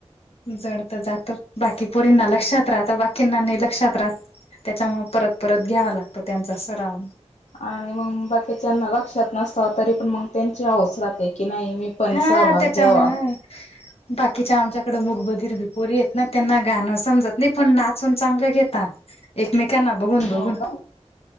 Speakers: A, on the left; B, on the left.
A: जड तर जात बाकी पोरींना लक्षात राहतं बाकींना नाही लक्षात राहत. त्याच्यामुळे परत परत घ्यावा लागतं त्यांचा सराव.
B: आणि मग बाकीच्याना लक्षात नसत तरी पण मग त्यांची हाऊस राहते की नाही मी पण
A: हा
B: सहभाग
A: त्याच्यामुळे
B: घ्यावा.
A: ह. बाकीच्या आमच्याकडे मुकबधिर बी पोरी आहेत ना त्यांना गाणं समजत नाही, पण नाचून चांगलं घेतात. एकमेकांना बघून बघून.
B: हो का?